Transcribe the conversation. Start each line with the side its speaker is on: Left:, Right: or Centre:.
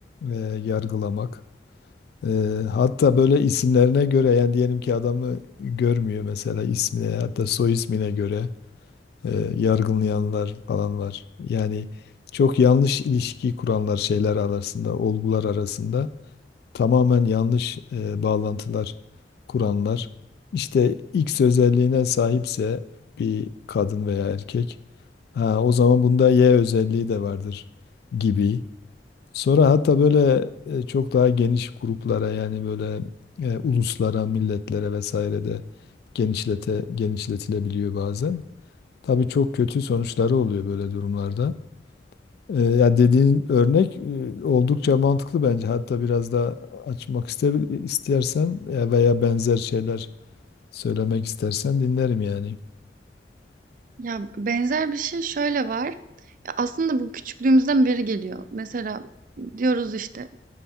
Left: e, yargılamak. E, hatta böyle isimlerine göre yani diyelim ki adamı görmüyor mesela ismine hatta soy ismine göre e, yargılayanlar falan var. Yani çok yanlış ilişki kuranlar şeyler arasında, olgular arasında tamamen yanlış e, bağlantılar kuranlar işte X özelliğine sahipse bir kadın veya erkek ha, o zaman bunda Y özelliği de vardır gibi. Sonra hatta böyle e, çok daha geniş gruplara yani böyle e, uluslara, milletlere vesaire de genişlete, genişletilebiliyor bazen. Tabii çok kötü sonuçları oluyor böyle durumlarda. Ee, ya dediğin örnek e, oldukça mantıklı bence. Hatta biraz daha açmak istebil- istersen e, veya benzer şeyler söylemek istersen dinlerim yani.
Right: Ya, benzer bir şey şöyle var. Ya, aslında bu küçüklüğümüzden beri geliyor. Mesela diyoruz işte,